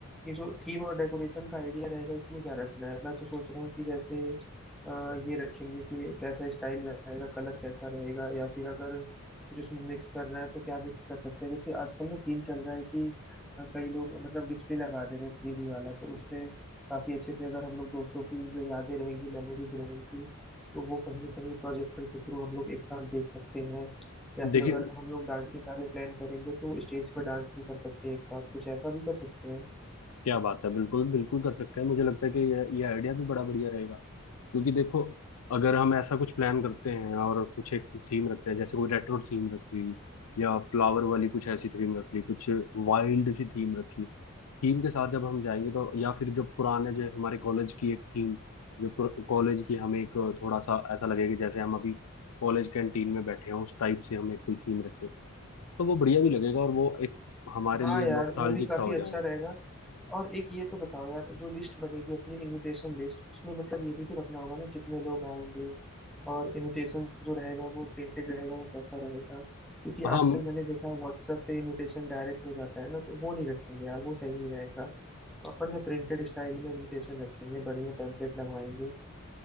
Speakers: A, in the centre; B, on the left (about 80°).
A: ये जो थीम और डेकोरेशन का आइडिया रहेगा इसमें क्या रखना है मैं तो सोच रहा हूँ कि जैसे अ, ये रखेंगे कि कैसा स्टाइल रहेगा कलर कैसा रहेगा या फिर अगर कुछ उसमें मिक्स करना है तो क्या मिक्स कर सकते हैं जैसे आजकल ना थीम चल रहा है कि अ, कई लोग मतलब डिस्प्ले लगा दे रहे हैं थ्री डी वाला तो उसमें काफी अच्छे से अगर हम लोग दोस्तों की जो यादें रहेंगी मेमोरीज रहेंगी तो वो कहीं ना कहीं प्रोजेक्टर के थ्रू हम लोग एक साथ देख सकते हैं या फिर
B: देखिए
A: अगर हम लोग डांसिंग का भी प्लान करेंगे तो स्टेज पर डांस भी कर सकते हैं एक साथ कुछ ऐसा भी कर सकते हैं
B: क्या बात है बिल्कुल बिल्कुल कर सकते हैं मुझे लगता है कि ये ये आइडिया भी बड़ा बढ़िया रहेगा क्योंकि देखो अगर हम ऐसा कुछ प्लान करते हैं और कुछ एक थीम रखते हैं जैसे कोई रेट्रो थीम रख ली या फ्लावर वाली कुछ ऐसी थीम रख ली कुछ वाइल्ड सी थीम रखी थीम के साथ जब हम जाएंगे तो या फिर जब पुराने जो हमारे कॉलेज की एक थीम जो कॉलेज की हमें एक थोड़ा सा ऐसा लगेगा जैसे हम अभी कॉलेज कैंटीन में बैठे हैं उस टाइप से हमें कोई थीम रखें तो वो बढ़िया भी लगेगा और वो एक हमारे
A: हाँ
B: लिए
A: यार
B: नॉस्टैल्जिक
A: वो भी काफी
B: सा हो
A: अच्छा
B: जाएगा
A: रहेगा और एक ये तो बताओ यार जो लिस्ट बनेगी अपनी इनविटेशन लिस्ट उसमें मतलब ये भी तो रखना होगा ना कितने लोग आएंगे और इनविटेशन जो रहेगा वो प्रिंटेड रहेगा या कैसा रहेगा क्योंकि
B: हाँ
A: आजकल मैंने देखा है व्हाट्सएप पे इनविटेशन डायरेक्ट हो जाता है ना तो वो नहीं रखेंगे यार वो सही नहीं रहेगा तो अपन ना प्रिंटेड स्टाइल में इनविटेशन रखेंगे बढ़िया पैम्पलेट लगवाएंगे